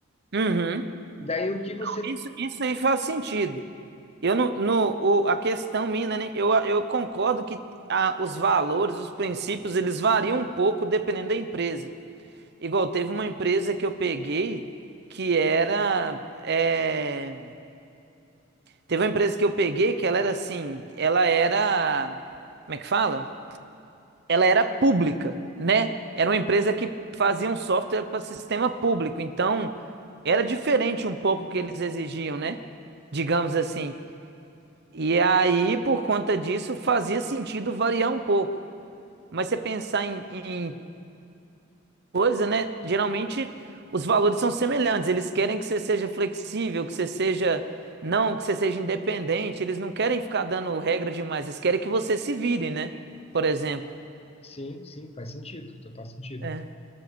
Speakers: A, on the right (about 55°); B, on the left (about 30°).
A: Uhum.
B: Daí o que você.
A: Isso, isso aí faz sentido. Eu não, no, o- a questão minha, né, né, eu, eu concordo que a- os valores, os princípios, eles variam um pouco dependendo da empresa. Igual teve uma empresa que eu peguei que era, é, Teve uma empresa que eu peguei que ela era assim, ela era, como é que fala? Ela era pública, né? Era uma empresa que fazia um software para sistema público, então era diferente um pouco o que eles exigiam, né? Digamos assim. E aí, por conta disso, fazia sentido variar um pouco. Mas você pensar em, em coisa, né? Geralmente os valores são semelhantes. Eles querem que você seja flexível, que você seja não, que você seja independente. Eles não querem ficar dando regra demais. Eles querem que você se vire, né? Por exemplo.
B: Sim, sim, faz sentido, total sentido.
A: É.